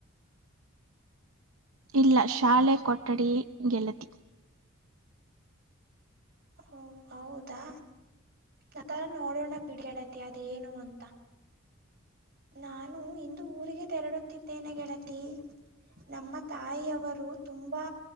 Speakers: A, on the right; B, on the right.
A: ಇಲ್ಲ ಶಾಲೆ ಕೊಠಡಿ ಗೆಳತಿ.
B: ಓ ಹೌದಾ ಆ ತರ ನೋಡೋಣ ಬಿಡಿ ಗೆಳತಿ ಅದು ಏನು ಅಂತ ನಾನು ಇಂದು ಊರಿಗೆ ತೆರಳುತ್ತಿದ್ದೇನೆ ಗೆಳತಿ. ನಮ್ಮ ತಾಯಿಯವರು ತುಂಬಾ